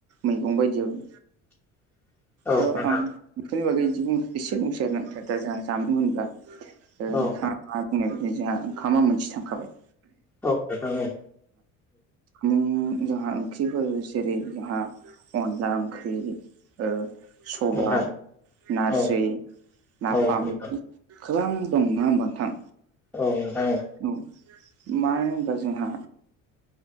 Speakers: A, on the right; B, in the centre.
A: मैगं बायदियाव
B: <inaudible>
A: दा
B: नोंथां
A: आं बेफोरनि बागै दि एसे बुंसै आरोना दा जोंहा जामुं होनब्ला
B: औ नोंथां
A: नोंथाङा
B: औ
A: बुंनाय बायदि जोंहा ओंखामा मोनसे थांखाबाय।
B: औे नोथां औ
A: नों जोंहा ओंख्रिफोर जेरै जोंहा अनला ओंख्रि ओ सबाइ
B: नोंथां
A: नारजै
B: औ
A: नाफाम
B: औ नोंथां
A: गोबां दं ना ओमबा नोंथां
B: औ नोंथां औ
A: औ मानो होनबा जोंहा